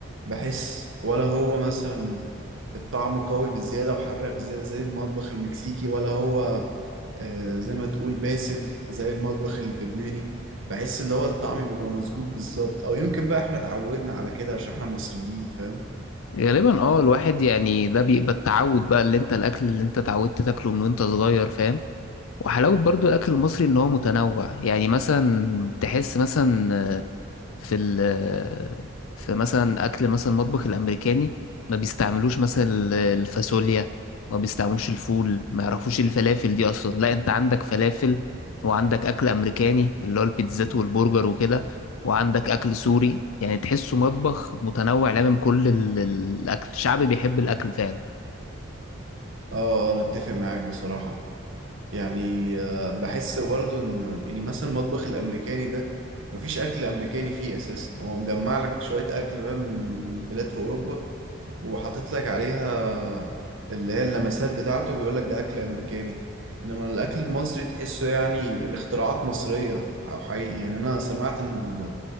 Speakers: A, on the right (about 70°); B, on the left (about 85°).
A: بحس ولا هو مثلا الطعم قوي بزياده وحراق بزياده زي المطبخ المكسيكي ولا هو آه، زي ما تقول باسل زي المطبخ اللبناني بحس اللي هو الطعم بيبقى مظبوط بالظبط او يمكن بقى احنا اتعودنا على كده عشان احنا مصريين فاهم
B: غالبا اه الواحد يعني ده بيبقى التعود بقى اللي انت الأكل اللي انت اتعودت تاكله من وانت صغير فاهم وحلاوة برضو الأكل المصري إن هو متنوع يعني مثلا تحس مثلا آه، في ال آه، في مثلا أكل مثلا المطبخ الأمريكاني ما بيستعملوش مثلا ال- الفاصوليا ما بيستعملوش الفول ما يعرفوش إيه الفلافل دي أصلا لا أنت عندك فلافل وعندك أكل أمريكاني اللي هو البيتزات والبرجر وكده وعندك أكل سوري يعني تحسه مطبخ متنوع لامم كل ال- الأكل الشعب بيحب الأكل فعلا
A: اه آه، انا اتفق معاك بصراحه يعني آه، بحس برضه ان يعني مثلا المطبخ الامريكاني ده مفيش اكل امريكاني فيه اساسا هو مجمع لك شويه اكل بقى من من بلاد في اوروبا وحاطط لك عليها اللي هي اللمسات بتاعته بيقول لك ده اكل امريكاني انما الاكل المصري تحسه يعني الاختراعات مصريه ح- حقيقي يعني انا سمعت ان ال-